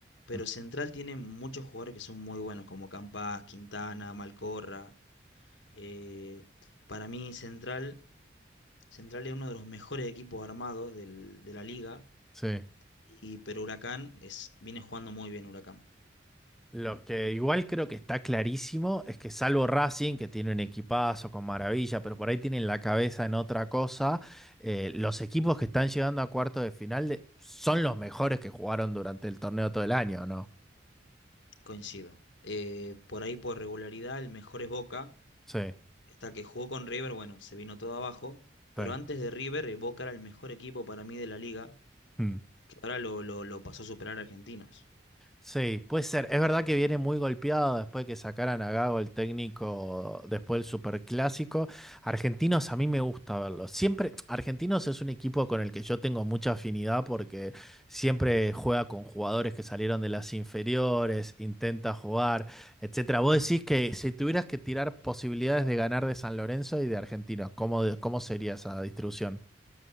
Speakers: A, on the left; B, in the centre.
A: pero
B: Mm.
A: Central tiene muchos jugadores que son muy buenos, como Campas, Quintana, Malcorra. Eh, para mí Central Central es uno de los mejores equipos armados del- de la liga,
B: Sí.
A: y, pero Huracán es, viene jugando muy bien Huracán,
B: Lo que igual creo que está clarísimo es que salvo Racing, que tiene un equipazo con maravilla, pero por ahí tienen la cabeza en otra cosa, eh, los equipos que están llegando a cuartos de final de- son los mejores que jugaron durante el torneo todo el año, ¿no?
A: coincido. Eh, por ahí por regularidad el mejor es Boca,
B: Sí,
A: hasta que jugó con River, bueno, se vino todo abajo, pero
B: sí.
A: antes de River eh, Boca era el mejor equipo para mí de la liga,
B: Mm.
A: que ahora lo, lo, lo pasó a superar a Argentinos.
B: Sí, puede ser. Es verdad que viene muy golpeado después de que sacaran a Gago el técnico después del Superclásico. Argentinos a mí me gusta verlos. Siempre, Argentinos es un equipo con el que yo tengo mucha afinidad porque siempre juega con jugadores que salieron de las inferiores, intenta jugar, etcétera. Vos decís que si tuvieras que tirar posibilidades de ganar de San Lorenzo y de Argentinos, ¿cómo, cómo sería esa distribución?